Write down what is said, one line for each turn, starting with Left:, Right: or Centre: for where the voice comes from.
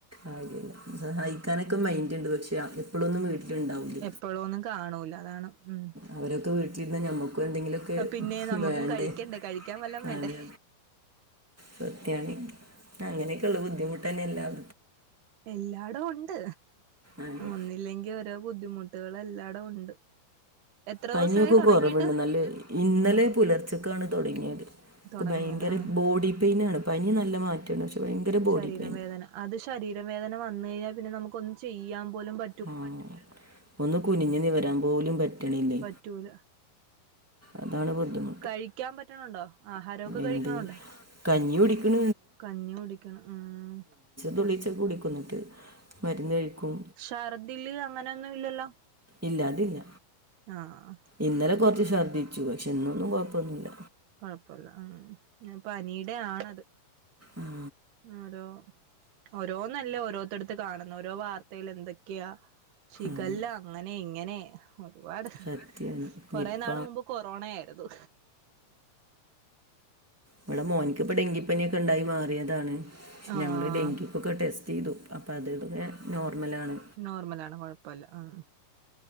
Centre: അല്ല സഹായിക്കാനൊക്കെ മൈൻഡ് ഉണ്ട് പക്ഷെ എപ്പോഴൊന്നും വീട്ടില് ഇണ്ടാവില്ല
Right: എപ്പോളുവൊന്നും കാണൂല്ല അതാണ് ഉം
Centre: അവരൊക്കെ വീട്ടിലിരുന്നി നമ്മക്കും എന്തെങ്കിലുമൊക്കെ
Right: പിന്നെ നമ്മക്കും
Centre: വേണ്ടേ
Right: കഴിക്കണ്ടേ കഴിക്കാൻ വല്ലോം വേണ്ടേ
Centre: അതെ സത്യാണ് അങ്ങനെയൊക്കെയുള്ള ബുദ്ധിമുട്ടന്നെ എല്ലാം
Right: എല്ലാടോം ഉണ്ട്
Centre: അതെ
Right: ഒന്നില്ലെങ്കി ഓരോ ബുദ്ധിമുട്ടുകളും എല്ലാടോം ഉണ്ട് എത്ര
Centre: പനിയൊക്കെ
Right: ദിവസായി തൊടങ്ങിയിട്ട്
Centre: കുറവുണ്ട് നല്ല ഇന്നലെ പുലർച്ചക്കാണ് തുടങ്ങിയത്
Right: തൊടങ്ങിയത്
Centre: ഭയങ്കര
Right: ആഹ്
Centre: ബോഡി പെയിൻ ആണ് പനി നല്ല മാറ്റ <unintelligible> ഭയങ്കര ബോഡി
Right: ശരീരം
Centre: പെയിൻ
Right: വേദന അത് ശരീരം വേദന വന്ന് കഴിഞ്ഞാൽ പിന്നെ നമുക്ക് ഒന്ന് ചെയ്യാൻ പോലും പ
Centre: ആഹ് ഒന്ന് കുനിഞ്ഞ് നിവരാൻ പോലും പറ്റണില്ലേ
Right: റ്റൂല
Centre: അതാണ് ബുദ്ധിമു
Right: കഴിക്കാൻ പറ്റണണ്ടോ ആഹാരമൊക്കെ
Centre: എന്ത്
Right: കഴിക്കണണ്ടോ
Centre: കഞ്ഞി കുടിക്കണ്
Right: കഞ്ഞി കുടിക്കണ് ആഹ്
Centre: തുള്ളിച്ച കുടിക്കും എന്നിട്ട് മരുന്ന് കഴിക്കും
Right: ഷർദില് അങ്ങനെയൊന്നും ഇല്ലല്ലോ
Centre: ഇല്ല അതില്ല
Right: ആഹ്
Centre: ഇന്നലെ കുറച്ച് ഛർദ്ദിച്ചു പക്ഷേ ഇന്നൊന്നും കുഴപ്പമൊന്നുല്ല
Right: കുഴപ്പൊല്ല ഉം പനീടെ ആണത്
Centre: ആ
Right: ഓരോ ഓരോ നല്ല ഓരോരുത്തടത്ത് കാണുന്ന ഓരോ വാർത്തയിൽ എന്തൊക്കെയാ ഷിഗെല്ല
Centre: അതെ
Right: അങ്ങനെ ഇങ്ങനെ ഒരുപാട്
Centre: സത്യമാണ്
Right: കൊറേ
Centre: നിപ്പ
Right: നാള് മുമ്പ് കൊറോണയായിരുന്നു
Centre: ഇവ്ട മോനിക്കിപ്പൊ ഡെങ്കിപ്പനിയൊക്കെ ഉണ്ടായി മാറിയതാണ് പക്ഷെ
Right: ആഹ്
Centre: ഞങ്ങള് ഡെങ്കിക്കൊക്കെ ടെസ്റ്റ് ചെയ്തു അപ്പം അത് ഇവിടെ നോർമലാണ്
Right: നോർമലാണ് കൊഴപ്പല്ല ആഹ്